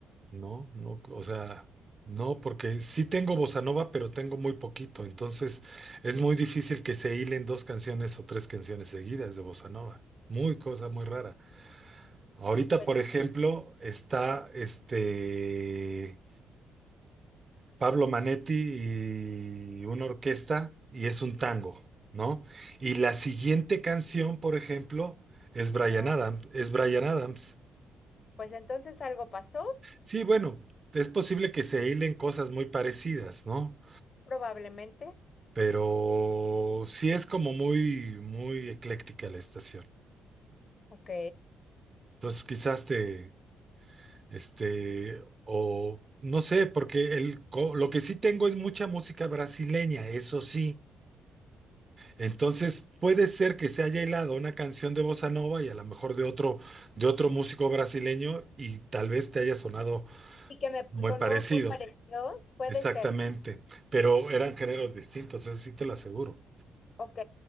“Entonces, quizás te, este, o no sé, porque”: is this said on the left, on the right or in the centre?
Right